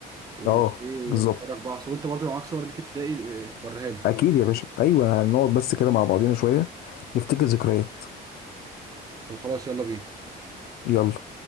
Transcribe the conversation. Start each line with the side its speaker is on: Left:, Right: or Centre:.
Right: و-
Left: اه
Right: ونتفرج
Left: بالظبط
Right: بقى وانت برضو لو معاك صور ليك ابتدائي آه، وريها لي
Left: اكيد يا باشا ايوه هنقعد بس كده مع بعضينا شويه نفتكر ذكريات
Right: طب خلاص يلا بينا
Left: يلا